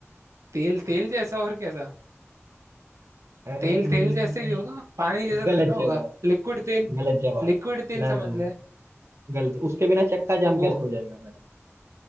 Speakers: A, on the right (about 85°); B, on the right (about 65°).
A: तेल तेल जैसा और कैसा
B: अ, न-
A: तेल तेल जैसे
B: नहीं
A: ही होगा पानी जैसा
B: गलत
A: थोड़ी ना होगा
B: जवाब
A: लिक्विड तेल
B: गलत जवाब
A: लिक्विड तेल
B: ना ना
A: समझ
B: ना
A: ले
B: गलत उसके बिना चक्का
A: वो
B: जाम कैसे हो जाएगा भाई